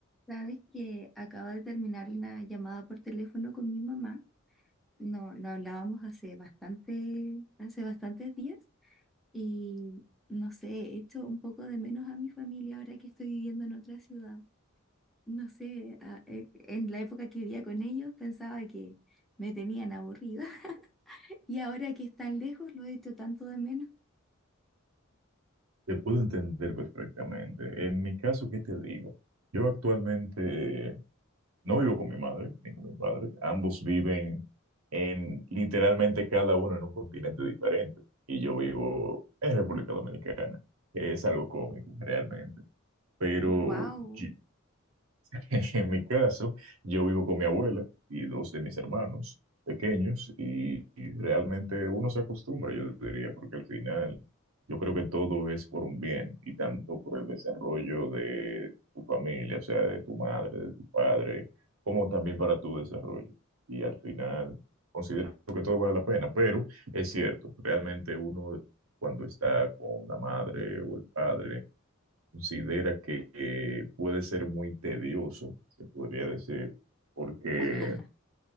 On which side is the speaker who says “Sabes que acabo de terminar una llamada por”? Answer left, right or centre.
Centre